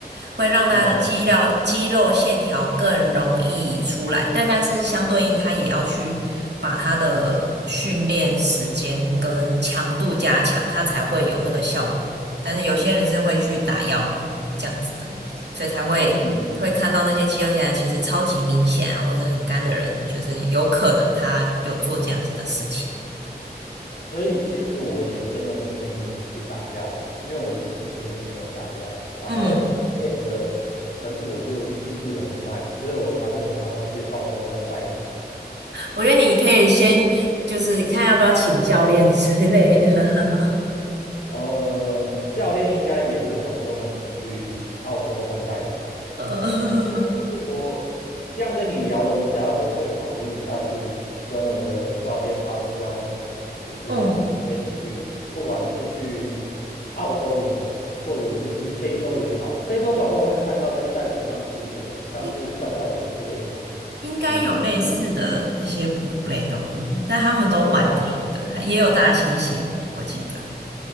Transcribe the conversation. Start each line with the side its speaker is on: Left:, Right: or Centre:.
Right: 会让他的肌肉肌肉线条更容易出来，
Left: 哦，
Right: 但但是相对应，他也要去把他的训练时间跟强度加强，他才会有那个效果。但是有些人是会去打药这样子的，所以才会会看到那些肌肉线条其实超级明显啊，
Left: 嗯。
Right: 或者很干的人，就是有可能他有做这样子的事情。
Left: 所以其实我也真的不建议去打药了，因为我自己就没有打药，然后练的成果就进步的很慢，
Right: 嗯，
Left: 所以我才会想要去澳洲看袋鼠。
Right: 我觉得你可以先就是看要不要请教练之类的。
Left: 呃，教练应该也会想跟我一起去澳洲看袋鼠，
Right: <laughs> 呃，
Left: 其实我这样跟你聊了一下，
Right: <laughs>
Left: 我会考虑下次跟我的教练发出邀请函，就是我们可以去，
Right: 嗯，
Left: 不管是去澳洲也好，或者是去非洲也好，非洲搞不好会看到跟袋鼠相似的，像是跳跳虎之类的。
Right: 应应该有类似的一些哺乳类动物，
Left: 嗯，就是
Right: 但它们都蛮近的，
Left: 对啊，
Right: 也有大猩猩，我记得